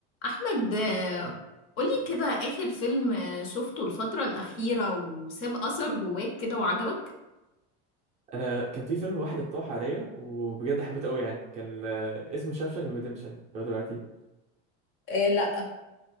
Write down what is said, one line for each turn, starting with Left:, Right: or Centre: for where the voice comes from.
Left: احمد آه، قولي كده اخر فيلم آه، شفته الفترة الأخيرة وساب أثر جواك كده وعجبك
Right: انا كان في فيلم واحد اقترح عليا وبجد حبيته قوي يعني كان آه، اسمه شاوشانك ريديمشن لو دلوقتي
Left: إيه لا